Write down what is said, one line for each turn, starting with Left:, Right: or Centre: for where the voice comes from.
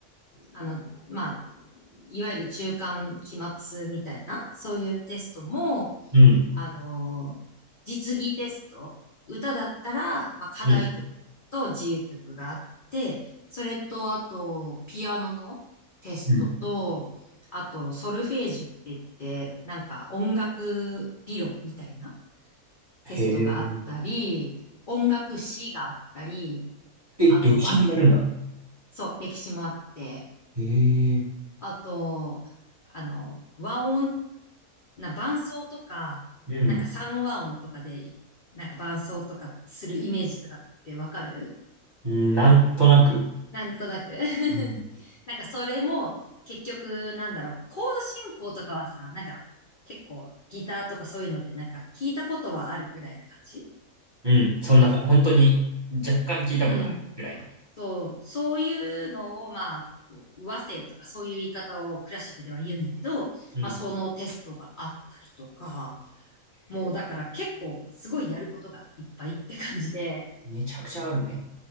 Left: あの、まあ、いわゆる中間期末みたいな、そういうテストも、
Right: うん、
Left: あの、実技テスト、歌だったら、まあ、課題曲と自由曲があって、
Right: うん、
Left: それと、あと、ピアノのテストと、
Right: うん。
Left: あと、ソルフェージュって言って、なんか音楽理論みたいな
Right: へえ。
Left: テストがあったり、音楽史があったり、
Right: え、
Left: あと、
Right: 歴史もやるんだ。
Left: 和す、そう、歴史もあって、
Right: へえ、
Left: あと、あの、和音な、伴奏とか、
Right: うん、
Left: なんか三和音とかで、なんか伴奏とかするイメージとかってわかる
Right: うんなんとなく。
Left: なんとなく
Right: うん、
Left: <laughs> なんかそれも、結局、なんだろう、コード進行とかはさ、なんか、結構ギターとかそういうので、なんか聞いたことはあるくらいな感じ
Right: うんそんなか、本当に若干聞いたことあるぐらいの。
Left: うん。そう、そういうのを、まあ、和声とかそういう言い方をクラシックでは言うんだけど、
Right: うん。
Left: まあ、そのテストがあったりとか、もうだから結構すごいやることがいっぱいって感じで、
Right: へえめちゃくちゃあるね。